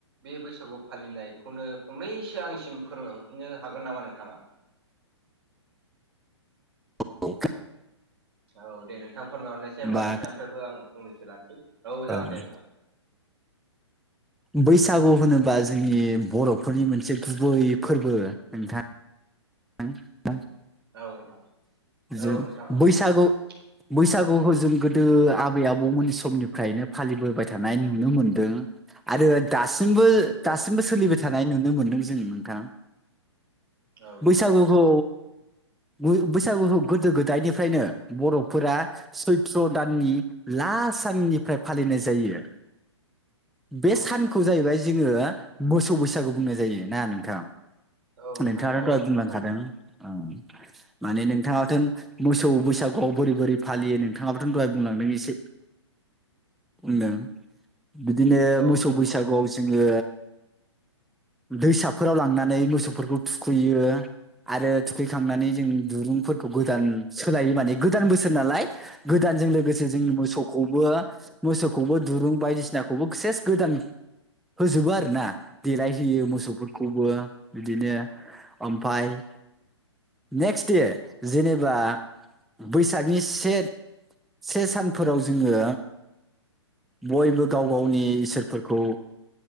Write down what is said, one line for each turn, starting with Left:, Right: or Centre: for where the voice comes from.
Right: बे बैसागु फालिनायखौनो फंनैसो आंनिसिम फोरमायहरफिननो हागोन नामा नोंथाङा?
Centre: <unintelligible>
Right: औ दे नोंथां फोरमायहरनायसै होनोमबा
Centre: बा
Right: नोंथांनिफ्रायबो आं फंनैसो लानोसै औ जागोन
Centre: ओं
Right: दे नोंथां <inaudible>
Centre: बैसागु होनोबा जोंनि बर'फोरनि मोनसे गुबै फोरबो नोंथां <unintelligible>
Right: औ नोंथां औ
Centre: जों
Right: नोंथां औ
Centre: बैसागु
Right: <inaudible>
Centre: बैसागुखौ जों गोदो आबै आबौमोननि समनिफ्रायनो फालिबोबाय थानाय नुनो मोनदों। आरो दासिमबो दासिमबो
Right: नोंथां
Centre: सोलिबाय थानाय नुनो मोनदों जों नोंथां
Right: औ
Centre: बैसागुखौ बो-बैसागु गोदो गोदायनिफ्रायनो बर'फोरा सैत्र' दाननि लास साननिफ्राय फालिनाय जायो।
Right: <inaudible>
Centre: बे सानखौ
Right: नोंथां
Centre: जाहैबाय जोङो मोसौ बैसागु बुंनाय जायो ना नोंथां?
Right: औ नोंथां
Centre: नोंथाङाथ'
Right: औ
Centre: दहाय
Right: नोंथां औ नोंथां औ नोंथां औ नोंथां
Centre: बुंलांखादों ओं माने नोंथाङाथ' मोसौ बैसागुआव बोरै बोरै फालियो नोंथाङाबोथ' दहाय बुंलांदों एसे बुंदों बिदिनो
Right: औ नोंथां औ नोंथां औ नोंथां औ नोंथां औ
Centre: मोसौ
Right: नोंथां
Centre: बैसागुआव जोङो दैसाफोराव लांनानै मोसौफोरखौ थुखैयो आरो थुखै खांनानै जों दुरुंफोरखौ गोदान सोलायो माने गोदान बोसोर नालाय गोदानजों लोगोसे जों मोसौखौबो मोसौखौबो दुरुं बायदिसिनाखौबो से सेस गोदान होजोबो आरोना, देलायहोयो मोसौफोरखौबो बिदिनो ओमफाय नेक्स्ट दे, जेनेबा बैसागनि से से सानफोराव जोङो बयबो गाव गावनि इसोरफोरखौ